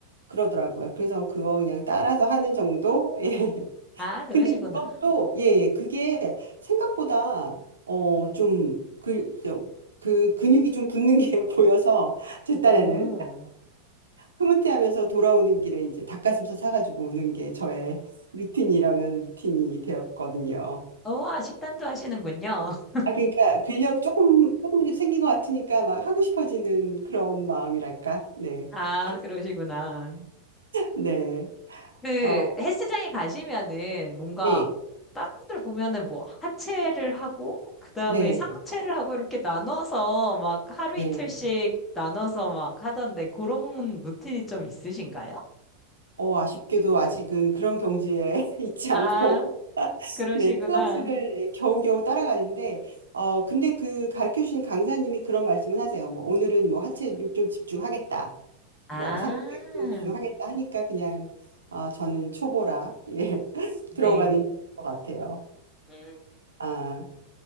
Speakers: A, on the right (about 75°); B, on the left (about 15°).
A: 그러더라고요. 그래서 그거 그냥 따라서 하는 정도. <laughs> 예.
B: 아, 그러시구나.
A: 근데 그것도 예, 예. 그게 생각보다 어 좀그그 근육이 좀 붙는 게 <laughs> 보여서 제 딴에는
B: 오.
A: 흐뭇해하면서 돌아오는 길에 이제 닭가슴살 사가지고 오는 게 저의 루틴이라면 루틴이 되었거든요.
B: 우와, 식단도 하시는군요. <laughs>
A: 아 그러니까 근력 조금 조금씩 생긴 것 같으니까 막 하고 싶어지는 그런 마음이랄까? 네.
B: 아,
A: 그렇
B: 그러시구나.
A: 네.
B: 그
A: 어.
B: 헬스장에 가시면은 뭔가
A: 네.
B: 다른 분들 보면은 뭐 하체를 하고 그다음에
A: 네.
B: 상체를 하고 이렇게 나눠서 막 하루
A: 네.
B: 이틀씩 나눠서 막 하던데 그런 루틴이 좀 있으신가요?
A: 어 아쉽게도 아직은 그런 경지에 <laughs> 있지
B: 아,
A: 않고 <laughs>
B: 그러시구나.
A: 네, 클래스를 겨우겨우 따라가는데, 어, 근데 그 가르쳐 주신 강사님이 그런 말씀을 하세요. 뭐, 오늘은 뭐 하체를 좀 집중하겠다.
B: 아,
A: 뭐 상체에 좀 집중하겠다 하니까 그냥, 어, 저는 초보라, <laughs> 예,
B: 네.
A: 들어가는 것 같아요.
B: 음,
A: 아.